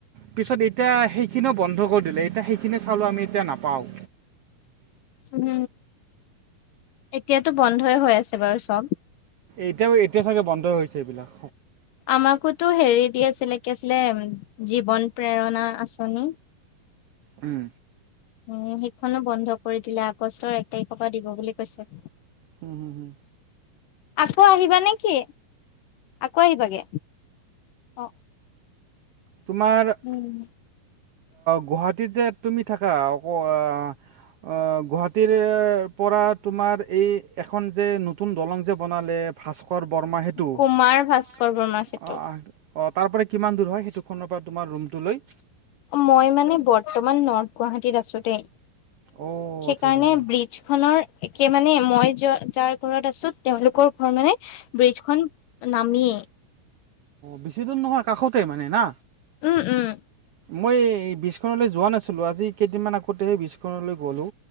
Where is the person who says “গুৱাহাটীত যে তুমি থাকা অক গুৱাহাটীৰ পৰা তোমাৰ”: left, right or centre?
Right